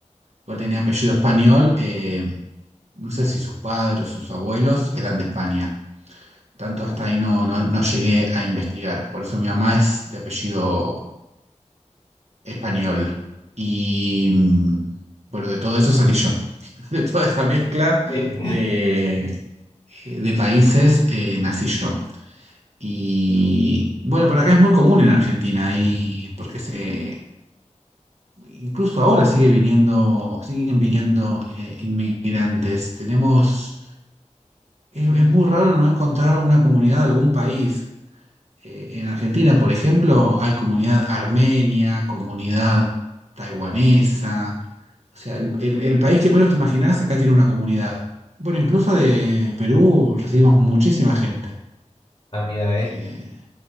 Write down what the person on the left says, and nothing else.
Sí.
Ah, mira, ve.